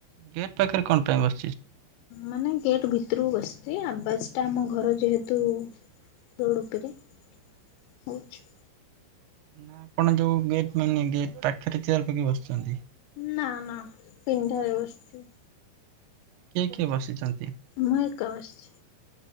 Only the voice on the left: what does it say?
ମାନେ ଗେଟ୍ ଭିତରକୁ ବସିଛି ଆବାଜ ଟା ଆମ ଘର। ଯେହେତୁ ରୋଡ଼ ଉପରେ ହଉଛି ‌।
ନା ନା ପିଣ୍ଢା ରେ ବସିଛି।
ମୁଁ ଏକା ବସିଛି।